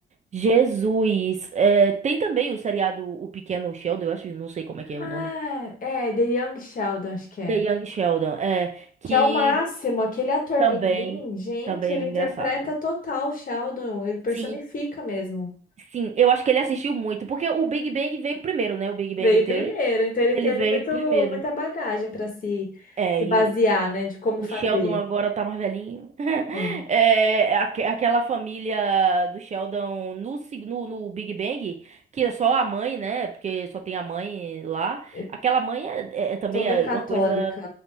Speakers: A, on the right; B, on the left.
A: Jesus! É, tem também o seriado O Pequeno Sheldon, eu acho, não sei como é que é
B: Ah,
A: o nome.
B: é, The Young Sheldon, acho que é.
A: The Young Sheldon, é, que
B: Que é o máximo, aquele ator
A: também,
B: mirim, gente,
A: também
B: ele
A: é engraçado.
B: interpreta total o Sheldon, ele personifica
A: Sim,
B: mesmo.
A: sim, eu acho que ele assistiu muito, porque o Big Bang veio primeiro, né? O Big Bang
B: Veio
A: Theory.
B: primeiro, então ele teve
A: Ele veio
B: muito,
A: primeiro.
B: muita bagagem para se,
A: É,
B: se
A: e
B: basear,
A: o,
B: né, de como
A: o
B: fazer.
A: Sheldon agora tá mais velhinho. <laughs>
B: Sim,
A: É, aque- aquela família do Sheldon no, sig- no, no Big Bang, que é só a mãe, né? Porque só tem a mãe lá.
B: é
A: Aquela mãe é, é- é também
B: toda
A: é
B: católica.
A: uma coisa.